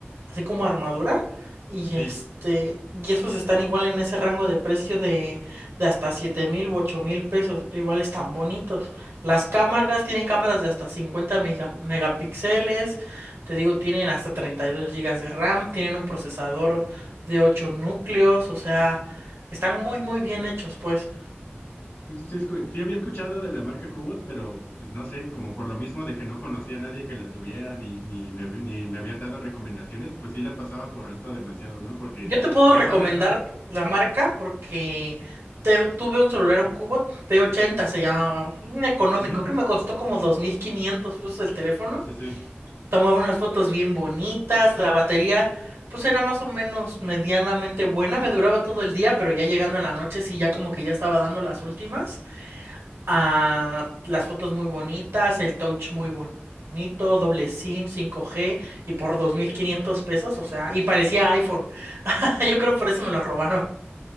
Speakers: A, on the right; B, on the left.
A: así como armadura, y
B: Sí,
A: este, y esos están igual en ese rango de precio de, de hasta siete mil u ocho mil pesos, igual están bonitos. Las cámaras tienen cámaras de hasta 50 mega- megapíxeles, te digo, tienen hasta 32 gigas de RAM, tienen un procesador de 8 núcleos, o sea, están muy muy bien hechos, pues.
B: Sí, sí, sí, escu- sí había escuchado de la marca Cubot, pero pues no sé, como por lo mismo de que no conocía a nadie que la tuviera, ni, ni me, hab- ni me habían dado recomendaciones, pues sí la pasaba por alto demasiado, ¿no? Porque
A: Yo te puedo
B: ya
A: recomendar
B: sabes, ¿no?
A: la marca porque te- tuve un celular, un Cubot P80 se llamaba, un económico,
B: Ujú,
A: creo que me costó como 2.500 pesos el teléfono
B: Sí, sí.
A: Tomaba unas fotos bien bonitas, la batería pues era más o menos medianamente buena, me duraba todo el día, pero ya llegando en la noche sí ya como que ya estaba dando las últimas. Ah, las fotos muy bonitas, el touch muy bonito, doble SIM, 5G y por 2.500 pesos, o sea, y parecía iPhone. <laughs> Yo creo por eso me lo robaron.